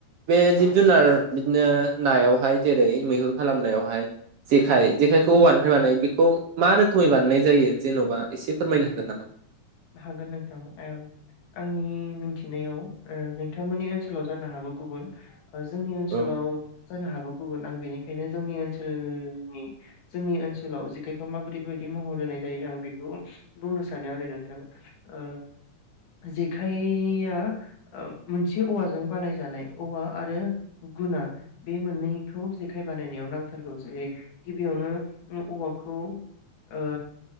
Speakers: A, on the right (about 65°); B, on the left (about 85°).
A: बे जिब जुनार बिदिनो नायावहाय जेरै मैहुर खालामनायावहाय जेखाय जेखायखौ
B: औ
A: औवानिफ्राय बानायो बेखौ मा रोखोमै बानायनाय जायो जेन'बा एसे फोरमायनो हागोन नामा
B: हागोन नोंथां ओं आंनि मिथिनायाव ओ नोंथांमोननि ओनसोलाव जानो हागौ गुबुन जोंनि ओनसोलाव
A: औ
B: जानो हागौ गुबुन आं बेनि बेनो जोंनि ओनसोलनि जोंनि ओनसोलाव जेखायखौ माबोरै बेबादि महर होनाय जायो आं बेखौ बुंनो सानो आरो नों ओ जेखाइया मोनसे औवाजों बानायजानाय औवा आरो गुना बे मोननैखौ जेखाइ बानायनायाव नांथारगौ जेरै गिबियावनो औवाखौ ओ